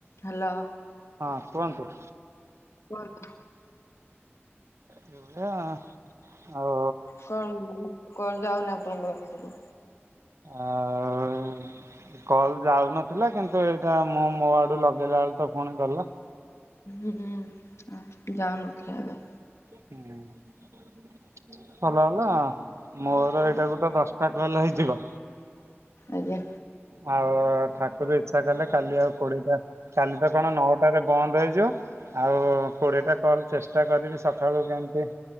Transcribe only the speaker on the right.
ହଁ କୁହନ୍ତୁ।
ଏଇଭଳିଆ ଆଉ
ଆଉ। କଲ୍ ଯାଉନଥିଲା, କିନ୍ତୁ ଏଇଟା ମୁଁ ମୋ ଆଡୁ ଲଗେଇଲା ବେଳକୁ ତ ଫୁଣି ଗଲା।
ହୁଁ। ଭଲ ହେଲା ମୋର ଏଇଟା ଗୋଟେ ଦଶଟା କଲ୍ ହେଇଯିବ।
ଆଉ ଠା କୁର ଇଚ୍ଛା କଲେ କାଲି ଆଉ କୋଡିଏଟା, କାଲି ତ କଣ ନଅଟାରେ ବନ୍ଦ ହେଇଯିବ। ଆଉ କୋଡିଏଟା କଲ୍ ଚେଷ୍ଟା କରିବି ସଖାଳୁ କେମିତି